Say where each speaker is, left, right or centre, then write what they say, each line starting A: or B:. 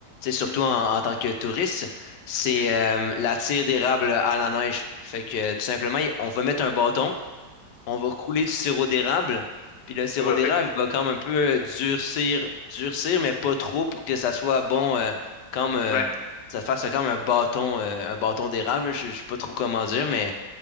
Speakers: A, on the left; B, on the left.
A: sais, surtout
B: mmh,
A: en, en tant que touriste, c'est
B: mmh, mmh.
A: euh, la tire d'érable à la neige. Fait que tout simplement, on va mettre un bâton on va couler du sirop d'érable, puis le sirop
B: Ouais,
A: d'érable
B: ouais.
A: il va comme un peu euh, durcir, durcir, mais pas trop pour que ça soit bon, euh, comme euh,
B: Ouais.
A: ça fasse comme un bâton, euh, un bâton d'érable. Je je sais pas trop comment dire, mais